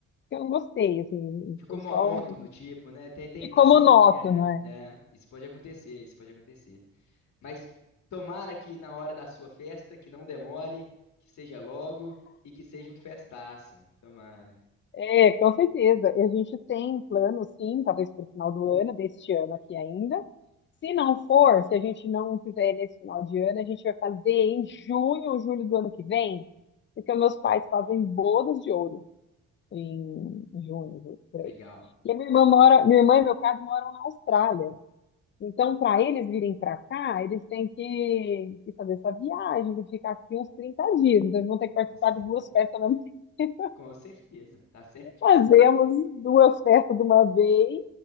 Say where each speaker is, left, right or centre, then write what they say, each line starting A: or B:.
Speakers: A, on the left (about 40°); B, on the left (about 65°).
A: que eu não gostei, assim.
B: Ficou
A: Foi
B: monótono,
A: só...
B: tipo, né? Tem, tem,
A: Ficou
B: isso,
A: monótono,
B: aí, é,
A: é.
B: é, isso pode acontecer, isso pode acontecer. Mas tomara que na hora da sua festa, que não demore, que seja logo e que seja um festaço. Tomara.
A: É, com certeza. E a gente tem plano, sim, talvez para o final do ano, deste ano aqui ainda. Se não for, se a gente não fizer nesse final de ano, a gente vai fazer em junho ou julho do ano que vem, porque meus pais fazem bodas de ouro em junho, julho, por
B: Legal.
A: aí. E a minha irmã mora, minha irmã e meu cunhado moram na Austrália. Então, para eles virem para cá, eles têm que, que fazer essa viagem, de ficar aqui uns 30 dias. Então, eles vão ter que participar
B: Com certeza.
A: de duas festas ao mesmo <laughs> tempo.
B: Com certeza. Tá certíssimo.
A: Fazemos duas festas de uma vez